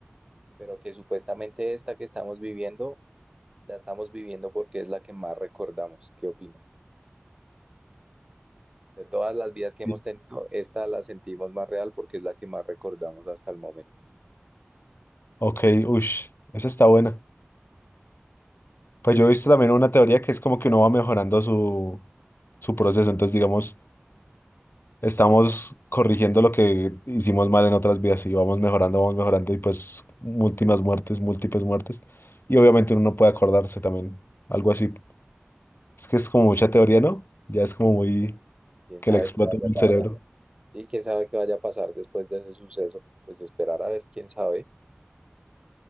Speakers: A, on the right (about 20°); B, on the left (about 55°).
A: pero que supuestamente esta que estamos viviendo La estamos viviendo porque es la que más recordamos. ¿Qué opino? De todas las vidas que
B: Sí.
A: hemos tenido, esta la sentimos más real porque es la que más recordamos hasta el momento.
B: Ok, ush, esa está buena. Pues yo he visto también una teoría que es como que uno va mejorando su, su proceso, entonces digamos, estamos corrigiendo lo que hicimos mal en otras vidas y vamos mejorando, vamos mejorando y pues múltiples muertes, múltiples muertes. Y obviamente uno no puede acordarse también, algo así. Es que es como mucha teoría, ¿no? Ya es como muy...
A: Y quién
B: que
A: sabe
B: le explota
A: qué vaya
B: el
A: a
B: cerebro.
A: pasar. Sí, quién sabe qué vaya a pasar después de ese suceso. Pues esperar a ver quién sabe.